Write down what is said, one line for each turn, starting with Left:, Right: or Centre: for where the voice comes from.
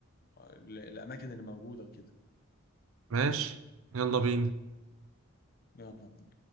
Left: ال- الاماكن اللي موجودة وكده
Right: ماشي يلا بينا
Left: يلا بينا.